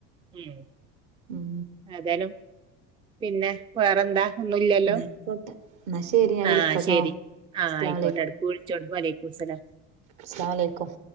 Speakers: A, on the right; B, on the right.
A: ഉം
B: ഉം
A: ഏതാലും പിന്നെ വേറെന്താ? ഒന്നുല്ലല്ലോ
B: ന്നാ ആയിക്കോട്ടെ ന്നാ ശരി ഞാൻ
A: ആഹ്
B: വിളിക്കട്ടോ
A: ശരി ആഹ്
B: അസ്സലാമലൈക്കും
A: ആയിക്കോട്ടെ എടക്ക് വിളിച്ചോണ്ടി വാലൈക്കുസ്സലാം
B: അസ്‌ലാം അലൈക്കും